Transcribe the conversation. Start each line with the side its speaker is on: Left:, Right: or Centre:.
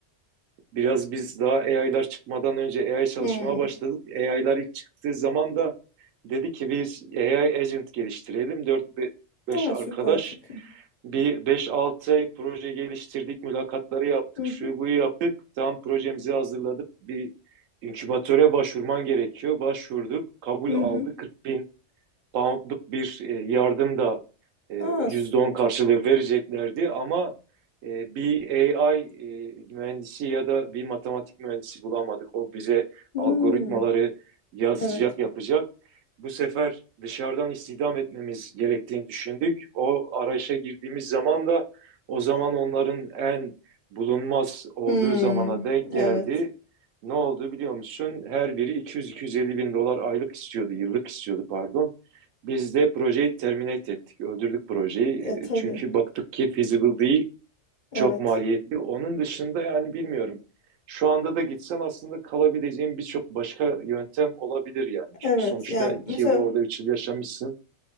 Right: Biraz biz daha AI'lar çıkmadan önce AI çalışmaya
Left: Hı.
Right: başladık. AI'lar ilk çıktığı zaman da dedi ki biz AI agent geliştirelim. dört beş
Left: Ha,
Right: arkadaş
Left: süper fikir.
Right: bir beş 6 ay proje geliştirdik, mülakatları yaptık,
Left: Hı hı.
Right: şu buyu yaptık. Tam projemizi hazırladık. Bir inkübatöre başvurman gerekiyor. Başvurduk, kabul
Left: Hı
Right: aldı.
Left: hı.
Right: 40 poundluk bir e, yardım da e,
Left: Aa,
Right: %10
Left: s-
Right: karşılığı vereceklerdi ama e, bir AI e, mühendisi ya da bir matematik mühendisi bulamadık. O bize
Left: hmm,
Right: algoritmaları yazacak,
Left: evet.
Right: yapacak. Bu sefer dışarıdan istihdam etmemiz gerektiğini düşündük. O arayışa girdiğimiz zaman da o zaman onların en bulunmaz olduğu
Left: Hmm,
Right: zamana denk
Left: evet.
Right: geldi. Ne oldu biliyor musun? Her biri 200-250 bin dolar aylık istiyordu, yıllık istiyordu pardon. Biz de projeyi terminate ettik. Öldürdük projeyi.
Left: E tabii.
Right: Çünkü baktık ki feasible değil.
Left: Evet.
Right: Çok maliyetli. Onun dışında yani bilmiyorum. Şu anda da gitsen aslında kalabileceğin birçok başka yöntem olabilir yani. Çünkü
Left: Evet.
Right: sonuçta
Left: Ya
Right: iki
Left: mesela
Right: yıl orada üç yıl yaşamışsın.